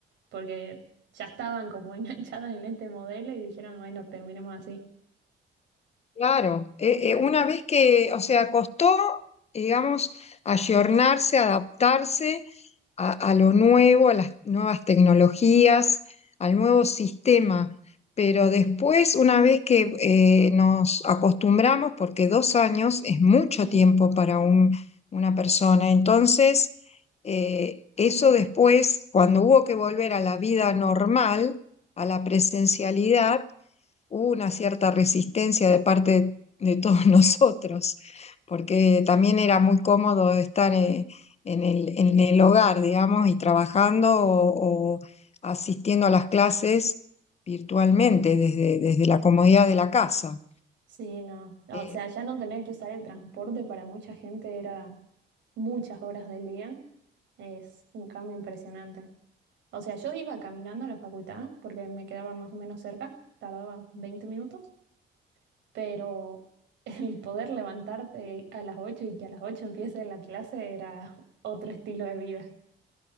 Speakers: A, on the right (about 70°); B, on the left (about 35°).
A: porque ya estaban como <laughs> enganchadas en este modelo y dijeron, bueno, terminemos así.
B: Claro, eh, eh, una vez que, o sea, costó, digamos, ayornarse, adaptarse a, a lo nuevo, a las nuevas tecnologías, al nuevo sistema, pero después, una vez que eh, nos acostumbramos, porque dos años es mucho
A: Es un
B: tiempo
A: montón.
B: para un- una persona, entonces, eh, eso después, cuando hubo que volver a la vida normal, a la presencialidad, una cierta resistencia de parte de de todos <laughs> nosotros, porque también era muy cómodo estar eh, en el, en el hogar, digamos, y trabajando o, o asistiendo a las clases virtualmente desde, desde la comodidad de la casa.
A: Sí, no. O
B: Eh,
A: sea, ya no tener que usar el transporte para mucha gente era muchas horas del día, es un cambio impresionante. O sea, yo iba caminando a la facultad porque me quedaba más o menos cerca, tardaba 20 minutos, pero <laughs> el poder levantarte a las 8 y que a las 8 empiece la clase era <laughs> otro estilo de vida.